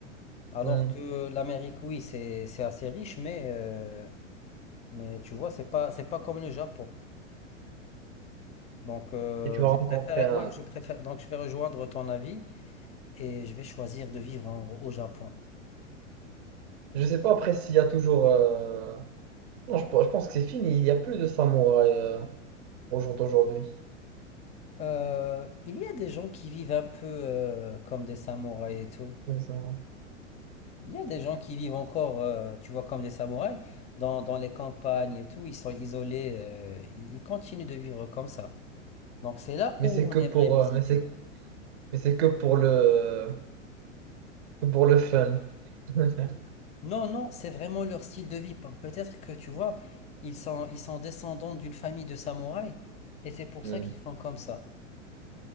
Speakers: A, on the left (about 20°); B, on the right (about 55°).
A: Alors
B: Hmm.
A: que l'Amérique, oui, c'est, c'est assez riche, mais, euh, mais tu vois, c'est pas, c'est pas comme le Japon. Donc, euh,
B: Et tu vas
A: je
B: rencontrer
A: préfère,
B: un.
A: ouais, je préfère, donc je vais rejoindre ton avis et je vais choisir de vivre en- au Japon.
B: Je sais pas après s'il y a toujours. euh, Non, je, p- je pense que c'est fini. Il n'y a plus de samouraï euh, au jour d'aujourd'hui.
A: Euh, il y a des gens qui vivent un peu euh, comme des samouraïs et tout.
B: Comme ça.
A: Il y a des gens qui vivent encore, euh, tu vois, comme des samouraïs, dans, dans les campagnes et tout. Ils sont isolés, euh, ils, ils continuent de vivre comme ça. Donc, c'est là
B: Mais
A: où
B: c'est que
A: on aimerait
B: pour.
A: visiter.
B: euh, Mais c'est mais c'est que pour le que pour le fun. <laughs>
A: Non, non, c'est vraiment leur style de vie. Pe- Peut-être que, tu vois, ils sont, ils sont descendants d'une famille de samouraïs et c'est pour
B: Hmm.
A: ça qu'ils font comme ça.